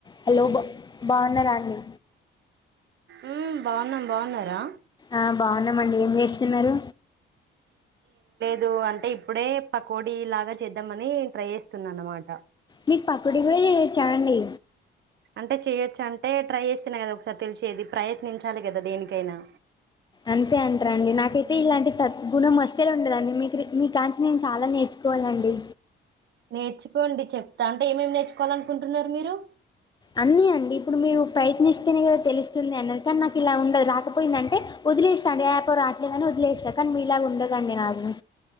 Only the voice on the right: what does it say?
మ్ బాఉన్నం బాఉన్నరా
దు అంటే ఇప్పుడే పకోడి లాగా చేద్దామని ట్రై చేస్తున్న అనమాట
అంటే చేయొచ్చు అంటే ట్రై చేస్తేనె కదా ఒకసారి తెలిసేది ప్రయత్నించాలి కద దేనికైనా
నేర్చుకోండి చెప్తా అంటే ఏమేమి నేర్చుకోవా లనుకుంటున్నరు మీరు